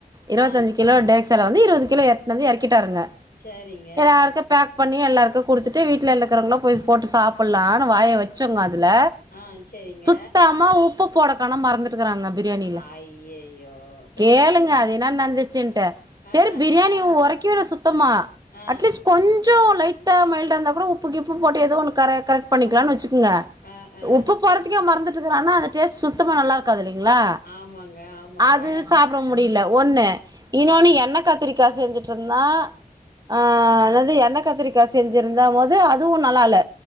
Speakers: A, on the left (about 85°); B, on the right (about 25°).
A: ஆ
B: இருபத்தஞ்சு கிலோ டேக்சிலா வந்து இருவது கிலோ எடுத்துன்னு வந்து இறக்கிட்டாருங்க
A: சரிங்க
B: எல்லாருக்கு பேக் பண்ணி எல்லாருக்கு கொடுத்துட்டு விட்ல இருக்கிறவங்களா போய் போட்டு சாப்படலான்னு வாய வச்சோங்க அதுல
A: ஆ செரிங்க
B: சுத்தமா உப்பு போடக்கணோ மறந்துட்டுக்கறாங்க பிரியாணியில
A: ஐய்யய்யோ அப்புறம்
B: கேளுங்க
A: எப்டி குடுத்
B: அது என்ன நடந்து சீன்ட்டு சேரி
A: ஆ
B: பிரியாணி உரைக்கவு இல்ல சுத்தமா
A: ஆ
B: அட்லீஸ்ட் கொஞ்சோ லைட்ட மைல்ட இருந்தா கூட உப்பு கிப்பு போட்டு ஏதோ ஒன்னு கர கரெக்ட் பண்ணிக்கலான்னு வச்சுக்குங்க
A: ஆ ஆ
B: உப்பு போறத்துக்கே மறந்துட்டுக்கறான அந்த டேஸ்ட் சுத்தமா நல்லா இரு காதுயில்லைங்களா
A: ஆமாங்க ஆமாங்க
B: அது சப் பட முடியல ஒண்ணு இன்னொன்னு
A: ஆ
B: என்ன கத்திரிக்கா செஞ்சுட்டு இருந்தா ஆ அதாது எண்ணெ கத்திரிக்கா செஞ்சுருந்த போது அதுவு நல்லா இல்ல